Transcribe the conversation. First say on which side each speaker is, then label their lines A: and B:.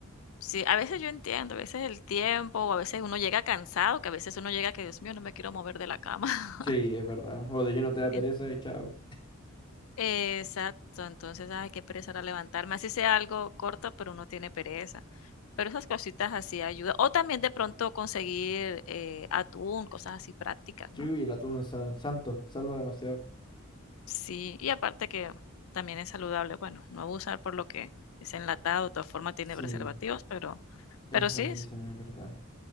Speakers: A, on the left (about 70°); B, on the left (about 20°).
A: sí, a veces yo entiendo, a veces el tiempo, o a veces uno llega cansado, que a veces uno llega que, Dios mío, no me quiero mover de la cama. <laughs>
B: Sí, es verdad. O de lleno te da pereza
A: En-
B: y chao.
A: Exacto, entonces, ay, qué pereza era levantarme, así sea algo corto, pero uno tiene pereza. Pero esas cositas así ayudan. O también de pronto conseguir eh, atún, cosas así prácticas,
B: Chu,
A: ¿no?
B: y el atún sa- santo, salva demasiado.
A: Sí, y aparte que también es saludable, bueno, no abusar por lo que es enlatado, de todas formas tiene
B: Sí,
A: preservativos, pero
B: eso
A: pero sí,
B: dicen,
A: s
B: es verdad.